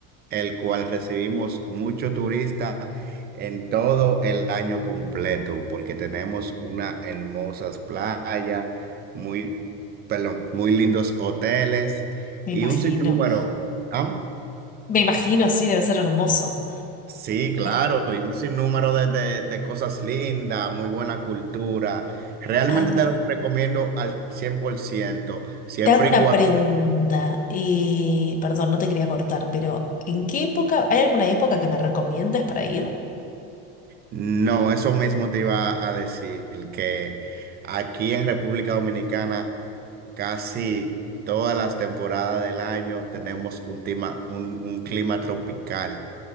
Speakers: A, on the right (about 30°); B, on the left (about 25°).
A: el cual recibimos mucho turista en todo el año completo, porque tenemos una hermosas playa muy, perdón, muy lindos hoteles
B: Me
A: y
B: imagino.
A: un sinnúmero. ¿ah?
B: Me imagino, sí, debe ser hermoso.
A: Sí, claro,
B: Eh,
A: y un sinnúmero de, de, de cosas lindas, muy buena cultura. Realmente
B: a ver.
A: te lo recomiendo al 100% siempre
B: Te hago una
A: y cuando...
B: pregunta. eh, perdón, no te quería cortar, pero ¿en qué época? ¿Hay alguna época que me recomiendes para ir?
A: No, eso mismo te iba a decir, que aquí en República Dominicana casi todas las temporadas del año tenemos un clima, un, un clima tropical.